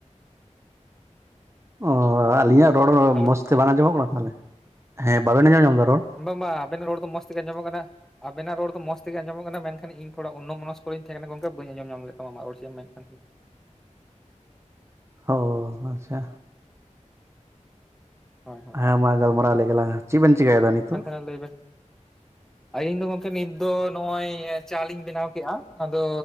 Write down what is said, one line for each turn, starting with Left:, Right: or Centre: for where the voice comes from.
Right: ᱚᱻ ᱟᱹᱞᱤᱧᱟᱜ ᱨᱚᱲ
Centre: ᱦᱮᱞᱳ
Right: ᱢᱚᱸᱡᱽ ᱛᱮ ᱵᱟᱝ ᱟᱸᱡᱚᱢᱚᱜ ᱠᱟᱱᱟ ᱛᱟᱦᱚᱞᱮ, ᱦᱮᱸ ᱵᱟᱵᱮᱱ ᱟᱸᱡᱚᱢ ᱧᱟᱢᱫᱟ ᱨᱚᱲ?
Centre: ᱵᱟᱝ ᱵᱟᱝ ᱟᱵᱮᱱᱟᱜ ᱨᱚᱲ ᱫᱚ ᱢᱚᱸᱡᱽ ᱛᱮᱜᱮ ᱟᱸᱡᱚᱢᱚᱜ ᱠᱟᱱᱟ᱾ ᱟᱵᱮᱱᱟᱜ ᱨᱚᱲ ᱫᱚ ᱢᱚᱥ ᱛᱮᱜᱮ ᱟᱸᱚᱢᱚᱜ ᱠᱟᱱᱟ ᱢᱮᱱᱠᱷᱟᱱ ᱤᱧ ᱛᱷᱚᱲᱟ ᱚᱱᱱᱚᱢᱚᱱᱚᱥ ᱠᱚ ᱨᱮᱧ ᱛᱟᱦᱮᱸ ᱠᱟᱱᱟ ᱜᱚᱝᱠᱮ ᱵᱟᱹᱧ ᱟᱸᱡᱚᱢ ᱧᱟᱢ ᱞᱮᱫ ᱛᱟᱢᱟ ᱟᱢᱟᱜ ᱨᱚᱲ ᱪᱮᱫ ᱮᱢ ᱢᱮᱱ <inaudible>
Right: ᱦᱳᱣᱻ ᱟᱪᱪᱷᱟ᱾
Centre: ᱦᱳᱭ ᱦᱳᱭ
Right: ᱦᱮᱸ
Centre: ᱦᱳᱭ,
Right: ᱢᱟ ᱜᱟᱞᱢᱟᱨᱟᱣ ᱞᱮᱜᱮ ᱞᱟᱝ, ᱪᱮᱫ ᱵᱮᱱ ᱪᱮᱠᱟᱹᱭᱮᱫᱟ ᱱᱤᱛᱚᱜ?
Centre: ᱦᱮᱸ ᱞᱟᱹᱭ ᱵᱮᱱ᱾
Right: <inaudible>
Centre: ᱟᱹᱞᱤᱧ ᱫᱚ ᱜᱚᱝᱠᱮ ᱱᱤᱛ ᱫᱚ ᱱᱚᱜᱼᱚᱭ ᱪᱟ ᱞᱤᱧ ᱵᱮᱱᱟᱣ ᱠᱮᱜᱼᱟ, ᱟᱫᱚ